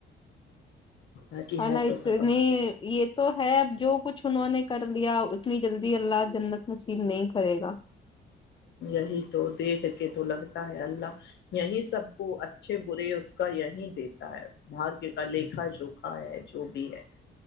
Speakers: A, on the left; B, on the left.
A: باقی
B: خا
A: ہے
B: لا
A: تو
B: اتنی
A: سب
B: یہ تو ہے اب جو کچھ انہوں نے کر لیا اتنی جلدی اللہ جنت نصیب نہیں کرے گا
A: یہی تو دیکھ کے تو لگتا ہے اللہ یہی سب کو اچھے برے اس کا یہی دیتا ہے بھاگیہ کا لھا جوکھا ہے جو بھی ہے